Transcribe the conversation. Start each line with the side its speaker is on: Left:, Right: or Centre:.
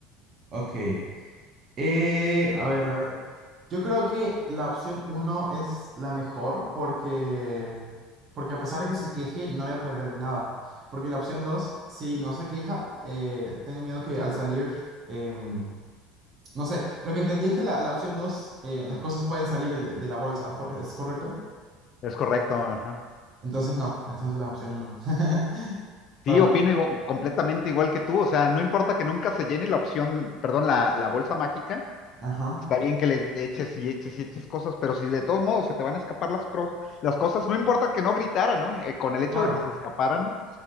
Right: ok. Eh, a ver, a ver. Yo creo que la opción uno es la mejor porque, porque a pesar de que se queje, no voy a perder nada. Porque la opción 2 si no se queja, eh, tengo miedo que al salir, em, no sé, lo que entendí es que la, la opción 2 eh, las cosas pueden salir de la de la bolsa, ¿es corre- es correcto?
Left: Es correcto, ajá.
Right: Entonces no, entonces las opciones no. <laughs> Para
Left: Sí,
Right: no.
Left: opino igu- completamente igual que tú. O sea, no importa que nunca se llene la opción, perdón, la, la bolsa mágica,
Right: Ajá.
Left: Está bien que le eches y eches y eches cosas, pero si de todos modos se te van a escapar las, cro- las cosas, no importa que no gritaran, ¿no? Eh, con el hecho
Right: Claro.
Left: de que se escaparan,